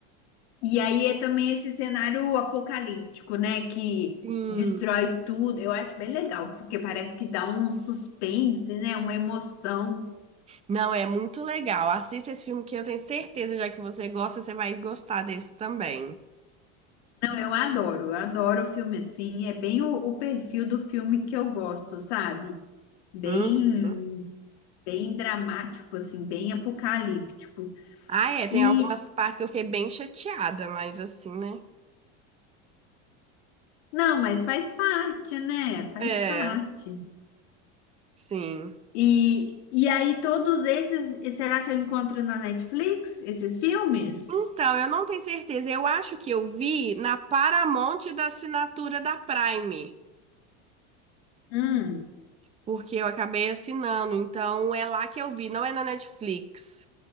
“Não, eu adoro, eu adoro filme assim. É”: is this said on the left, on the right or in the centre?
Left